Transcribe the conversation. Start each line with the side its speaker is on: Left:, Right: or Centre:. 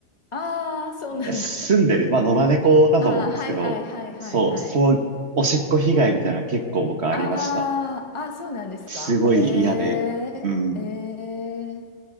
Left: ああ、そうなんだ。
Right: 住んでる、
Left: <laughs>
Right: まあ野良猫だと思うんですけど、
Left: ああ、はいはいはいはいはい。
Right: そう、そう、おしっこ被害みたいなの結構僕ありました。
Left: ああ、あそうなんですか。
Right: すごい嫌で。
Left: ええええ
Right: うん。